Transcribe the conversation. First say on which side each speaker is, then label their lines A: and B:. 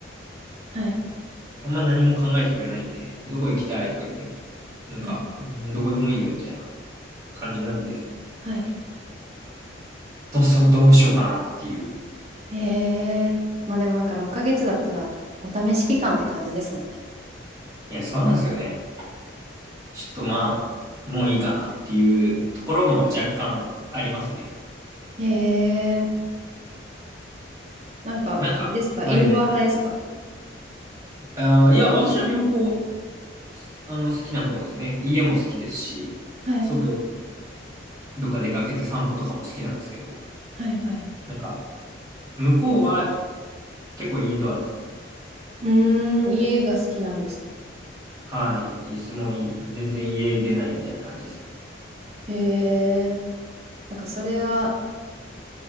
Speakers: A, on the right (about 35°); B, on the right (about 20°).
A: はい、
B: あんま何も考えてくれないんで、どこ行きたいとか言っても、なんか、
A: はい、
B: どこでもいいよみたいな感じなんで、
A: はい。
B: そうそう、どうしようかなっていう。
A: へえ、まあでもなんか6ヶ月だったらお試し期間って感じですもんね。
B: いや、そうなんですよね。ちょっとまあ、もういいかなっていうところも若干ありますね。
A: へえ、なんかあれですか、
B: なんか、あ、
A: インドア派ですか
B: いや、あー、いや、私は両方、あの、好きな方ですね。家も好きですし、
A: はい、
B: 外にどっか出かけて散歩とかも好きなんですけど、
A: はい、はい。
B: なんか、向こうは結構インドアですね。
A: うーん、家が好きなんですね。
B: はい。いつもいい、全然家出ないみたいな感じですね。
A: へえ、なんかそれは、